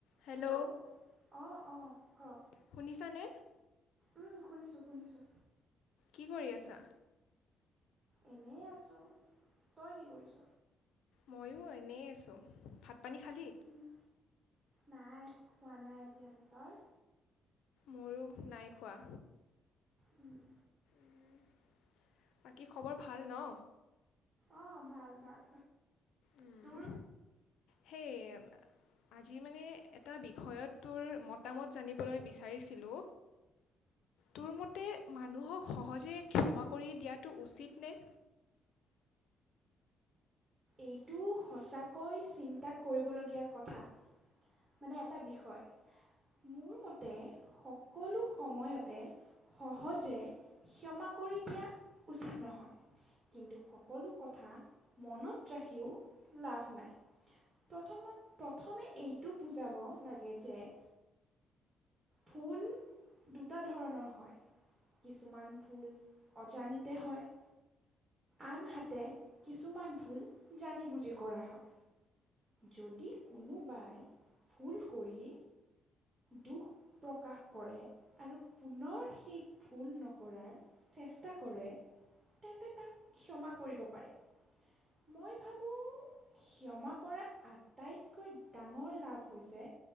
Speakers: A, on the left (about 80°); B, on the right (about 30°).
A: Hello
B: hello অঁ অঁ ক?
A: শুনিছানে?
B: উম শুনিছোঁ শুনিছোঁ।
A: কি কৰি আছা?
B: এনেই আছোঁ, তই কি কৰিছ?
A: ময়ো এনেই আছোঁ, ভাত - পানী খালী?
B: ওম, নাই খোৱা নাই' এতিয়ালে তই?
A: মোৰো নাই খোৱা।
B: উম।
A: ওম, বাকী খবৰ ভাল ন?
B: অ ভাল ভাল।
A: উম,
B: তোৰ
A: সেই আজি মানে এটা বিষয়ত তোৰ মতামত জানিবলৈ বিচাৰিছিলো। তোৰ মতে মানুহক সহজে ক্ষমা কৰি দিয়াটো উচিত নে?
B: এইটো সঁচাকৈ চিন্তা কৰিবলগীয়া কথা। মানে এটা বিষয়। মোৰ মতে সকলো সময়তে সহজে- ক্ষমা কৰি দিয়া উচিত নহয়। কিন্তু সকলো কথা মনত ৰাখিও লাভ নাই। প্ৰথমত প্ৰথমে এইটো বুজাব লাগে যে- ভুল দুটা ধৰণৰ হয়। কিছুমান ভুল অজানিতে হয়, - আনহাতে কিছুমান ভুল জানি বুজি কৰা হয়। যদি কোনোবাই- ভুল কৰি- দুখ প্ৰকাশ কৰে আৰু পুনৰ সেই ভুল নকৰাৰ- চেষ্টা কৰে তেন্তে তাক ক্ষমা কৰিব পাৰি। মই ভাবোঁ- ক্ষমা কৰা আটাইতকৈ ডাঙৰ লাভ হৈছে